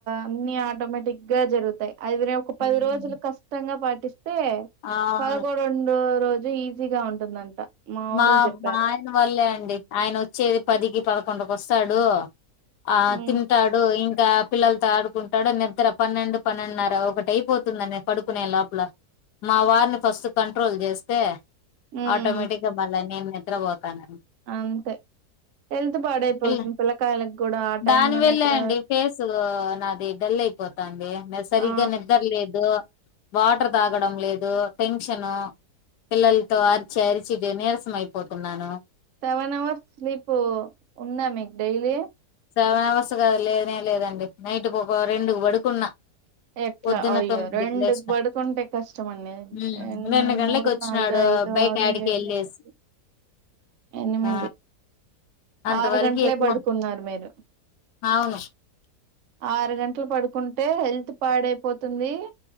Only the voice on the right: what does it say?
అన్ని ఆటోమేటిక్ గా జరుగుతాయి అది ఒక
పది రోజులు కష్టంగా ప అయితే
పడుకో రొండో రోజు ఇదే ఈజీగా ఉంటుందంట
వోళ్ళు చెప్పారు
ఉమ్
ఉమ్
అంతే హెల్త్ పాడైపోతుంది
పిల్లకాయలకు కూడా ఆ టైమ్
లో నిద్ర
ఆ
సెవెన్ అవర్స్ స్లీప్ ఉందా మీకు డైలీ
ఎట్లా
అయ్యో
రెండు
పడుకుంటే కష్టం అండి
ఎనిమిది
మూడు
నాలుగు ఐదు
ఆరు
ఏడు
ఎనిమిది ఎనిమిది
ఆరు గంటలే
పడుకున్నారు మీరు
ఆరు గంటలు పడుకుంటే హెల్త్ బాడ్ అయిపోతుంది